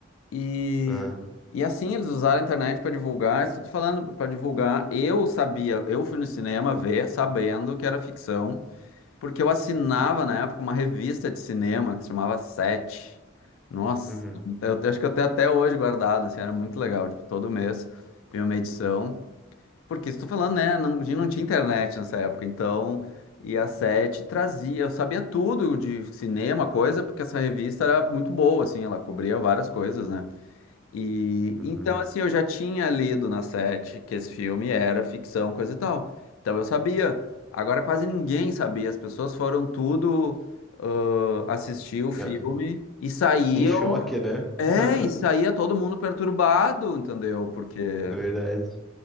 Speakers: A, on the left; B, in the centre.
A: e,
B: Ah,
A: e assim, eles usaram a internet para divulgar, isso eu tô falando para divulgar, eu sabia, eu fui no cinema ver, sabendo que era ficção, porque eu assinava na época uma revista de cinema que se chamava Sete. Nossa,
B: uhum,
A: eu acho que eu tenho até hoje guardado, assim, era muito legal. Tipo, todo mês vinha uma edição. Porque estou falando, né? Não, a gente não tinha internet nessa época, então. E a Sete trazia, eu sabia tudo de cinema, coisa, porque essa revista era muito boa, assim, ela cobria várias coisas, né? E
B: uhum.
A: então, assim, eu já tinha lido na Sete que esse filme era ficção, coisa e tal. Então eu sabia. Agora quase ninguém sabia. As pessoas foram tudo ãh, assistir o filme
B: É,
A: e saíam.
B: Em choque, né?
A: É,
B: <laughs>
A: e saía todo mundo perturbado, entendeu? Porque
B: Verdade.